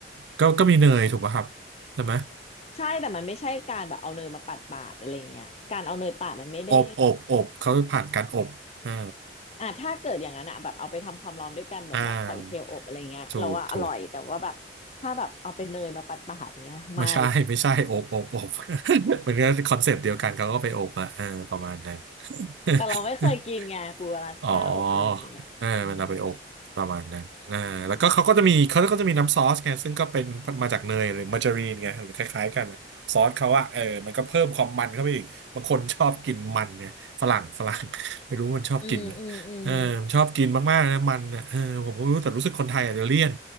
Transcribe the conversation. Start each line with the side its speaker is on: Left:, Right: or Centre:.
Right: ก็ก็มีเนยถูกป่ะครับใช่ไหม
Left: ใช่แต่มันไม่ใช่การแบบเอาเนยมาปาดปาดอะไรเงี้ยการเอาเนยปาดมันไม่ได้
Right: อบอบอบเขาผ่านการอบอ่า
Left: อ่ะถ้าเกิดอย่างนั้นอะแบบเอาไปทำความร้อนด้วยกันเหมือนแบบหอยเชลล์อบอะไรเงี้ยเราว่าอร่อยแต่ว่าแบบถ้าแบบเอาไปเนยมาปาดปาดเงี้ยไม่
Right: อ่าถูกถูก ไม่ใช่ <laughs> ไม่ใช่โอบโอบโอบ <laughs> เหมือนกันคอนเซปต์เดียวกันเขาก็ไปโอบอะเออประมาณนั้น
Left: <laughs> แต่เราไม่เคยกินไงปูอลาสก้าอบเนยอ่ะอืม
Right: <laughs> อ๋อเออมันเอาไปอบประมาณนั้นอ่าแล้วก็เขาก็จะมีเขาก็จะมีน้ำซอสไงซึ่งก็เป็นมาจากเนยหรือมาการีนไงหรือคล้ายๆกันอะซอสเขาอะเออมันก็เพิ่มความมันเข้าไปอีกบางคนชอบกินมันเนี่ยฝรั่งฝรั่ง
Left: อืม
Right: <laughs> ไม่รู้มันชอบกินเหรอเออมันชอบกินมากๆนะมันนะเออผมก็ไม่รู้แต่รู้สึกคนไทยอาจจะเลี่ยน
Left: อืมอืมอืม